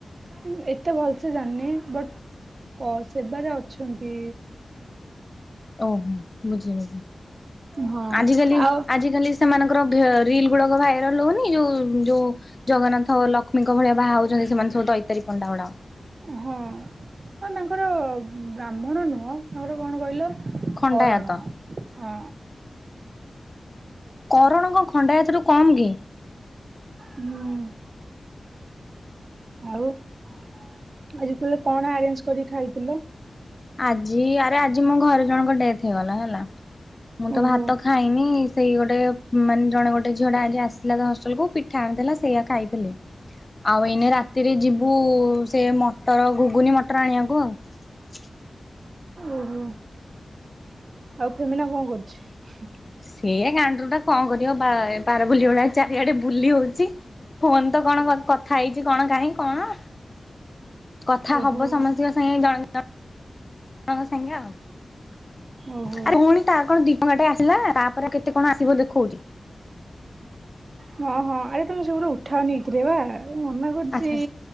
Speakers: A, on the right; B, on the left.
A: ଁ ଏତେ ଭଲ ସେେ ଜାଣିନି ବଟ ସେବାରେ ଅଛନ୍ତି
B: ଓହୋ ବୁଝି ବୁଝ
A: ହଁ
B: ଆଜିିକାଲି
A: ଆଉ
B: ଆଜିିକାଲି ସେମାନଙ୍କର ରିଲ ଗୁଡିକ ଭାଇରାଲ ହଉନି ଯୋଉ ଯୋଉ ଜଗନ୍ନାଥ ଲକ୍ଷ୍ମୀଙ୍କ ଭଳିଆ ବାହା ହଉଛନ୍ତି ସେମାନେ ସବୁ ଦୈତାରୀ ପଣ୍ଡା ଭଡ
A: ହଁ ଆ ତାଙ୍କର ବ୍ରାହ୍ମଣ ନୁହଁ ତାଙ୍କର କଣ କହିଲ
B: ଖଣ୍ଟାତା
A: କରଣ ହଁ
B: କରଣଙ୍କ ଖଣ୍ଡା ହାତରୁକୁ କମ୍ କି
A: ହୁଁ ଆଉ ଆଜି କହେ କଣ ଆରେଞ୍ଜ କରିକି ଖାଇଥିଲ
B: ଆଜି ଆରେ ଆଜି ମୋ ଘରେ ଜଣଙ୍କ ଡେଥ ହେଇଗଲା ହେଲା ମୁଁ ତ
A: ଓହୋ।
B: ଭାତ ଖାଇନି ସେଇ ଗୋଟେ ମାନେ ଜଣେ ଗୋଟେ ଝିଅଡା ଆଜି ଆସଥିଲାା ହଷ୍ଟେଲକୁୁ ପିଠା ଆଣିଥିଲା ସେଇଆ ଖାଇଥିଲି ଆଉ ଏଇନେ ରାତିରେ ଯିବୁ ସେ ମଟର ଘୁଗୁନି ମଟର ଆଣିବାକୁ ଆଉ
A: ଓହୋ ଆଉ କେମିନା କଣ କରୁଛି ହ
B: ସେି କାଣ୍ଡରୁ ଟା କଣ କରିବ ବାର ବୁଲ ଭଳିଆ ଚାରିଆଡେ ବୁଲି ହଉଛି ଫୋନ ତ କଣ କଥା ହେଇଛି କଣ କାହିଁ କଣ କଥା
A: ଓହୋ
B: ହବ ସମସ୍ତଙ୍କ ସାଙ୍ଗେ ଜଣ ହଁ ହଙ୍କ ସାଙ୍ଗେ ଆଉ
A: ଓହୋ।
B: ଆରେ ପୁଣି ତା କଣ ଦି ାଟେ ଆସିଲା ତାପରେ କେତେ କଣ ଆସିବ ଦେଖଉଛି
A: ହଁ ହଁ ଆରେ ତମେ ସଗୁୁର ଉଠା ନେଇଥିଲେ ବା ମନା କରୁଛି।
B: ଆ୍ଛା